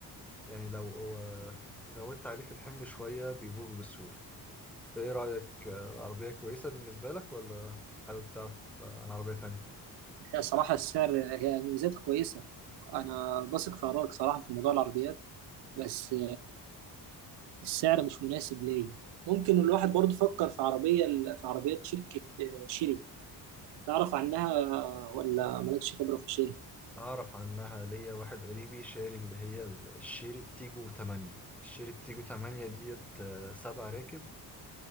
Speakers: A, in the centre; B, on the right.
A: يعني لو آه، زودت عليه في الحمل شوية بيبوظ بسهولة ايه رأيك آه، عربية كويسة بالنسبة لك ولا حابب تعرف آه، عن عربية تانية؟
B: هي صراحه السعر هي مميزاتها كويسه انا بثق في ارائك صراحه في موضوع العربيات بس السعر مش مناسب ليا ممكن الواحد برضه فكر في عربية في عربيات شركة آه، شيري تعرف عنها ولا مالكش خبرة في شيري
A: أعرف عنها ليا واحد قريبي شاري اللي هي ال- الشيري تيجو 8 الشيري تيجو 8 ديت آه، سبع راكب